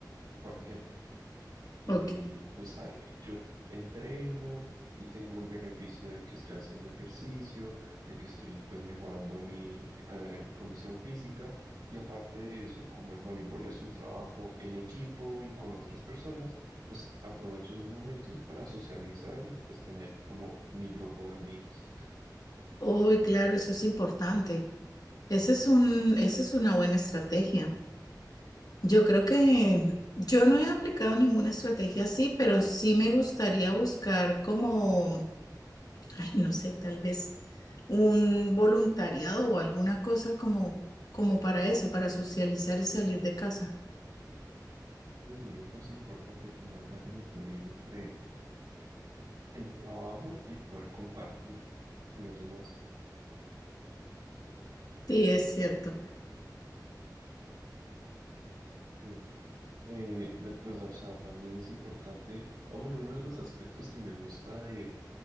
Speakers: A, on the right; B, on the left.
A: por ejemplo, y
B: ok.
A: pues ahí yo entreno y tengo el beneficio de que estoy haciendo ejercicio, de que estoy pues mejorando mi eh, condición física. Y aparte de eso, como el voleibol es un trabajo en equipo y con otras personas, pues aprovecho esos momentos para socializar y pues tener como mi grupo de amigos.
B: Uy, claro, eso es importante. Ese es un, esa es una buena estrategia. Yo creo que yo no he aplicado ninguna estrategia así, pero sí me gustaría buscar como, ay, no sé, tal vez un voluntariado o alguna cosa como, como para eso, para socializar y salir de casa.
A: Y eso es importante, como hallar el equilibrio entre el trabajo y poder compartir con los demás.
B: Sí, es cierto.
A: Sí. Eh, después, o sea, también es importante, o bueno, uno de los aspectos que me gusta de